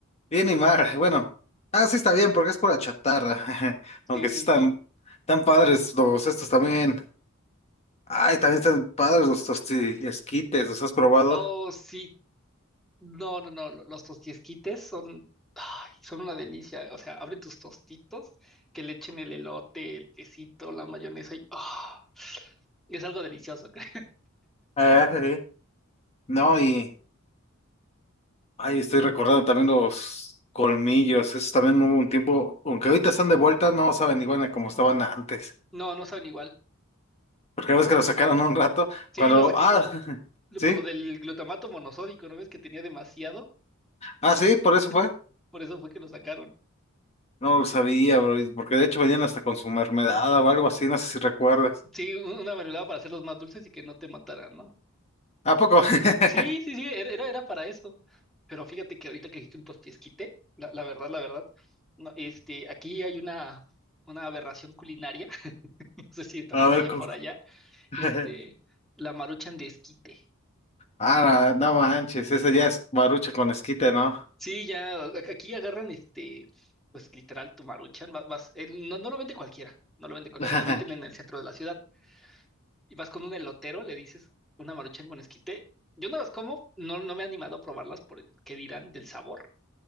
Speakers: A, on the left (about 30°); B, in the centre.
A: bien y mal, <laughs> bueno. Ah, sí está bien, porque es pura chatarra. <laughs> Aunque
B: Sí.
A: sí están tan padres los estos también. Ay, también están padres los tosti esquites, ¿los has probado?
B: Oh, sí. No, no, no, lo- los tostiesquites son, ay, son una delicia. O sea, abre tus tostitos, que le echen el elote, el quesito, la mayonesa y ah, es algo delicioso, <laughs> creo.
A: Ah, sí. No, y... Ay, estoy recordando también los colmillos. Esos también hubo un tiempo, aunque ahorita están de vuelta, no saben igual a como estaban antes.
B: No, no saben igual,
A: Porque
B: para
A: la vez que
B: nada.
A: los sacaron un rato,
B: Sí,
A: cuando...
B: lo sac-
A: Ah, <laughs> sí.
B: por lo del glutamato monosódico, ¿no ves que tenía demasiado?
A: Ah,
B: Por
A: sí,
B: eso,
A: por eso fue.
B: por eso fue que lo sacaron.
A: No lo sabía, bro, y- porque de hecho venían hasta con su mermelada o algo así, no sé si recuerdas.
B: Sí, un- una mermelada para hacerlos más dulces y que no te mataran, ¿no?
A: ¿A poco? <laughs>
B: Sí, sí, sí, era, era era para eso. Pero fíjate que ahorita que dijiste un tostiesquite, la, la verdad, la verdad, no, este, aquí hay una, una aberración culinaria, <laughs> no sé si también
A: A ver,
B: allá
A: ¿cómo?
B: por allá,
A: <laughs>
B: este, la maruchan de esquite.
A: Ah, no manches, ese ya es barucha con esquite, ¿no?
B: Sí, ya, a- aquí agarran, este, pues literal, tu maruchan, va- vas, eh, no, no lo vende cualquiera, no lo vende cualquiera,
A: <laughs>
B: lo venden en el centro de la ciudad. Y vas con un elotero, le dices una maruchan con esquite. Yo no las como, no, no me he animado a probarlas por el que dirán del sabor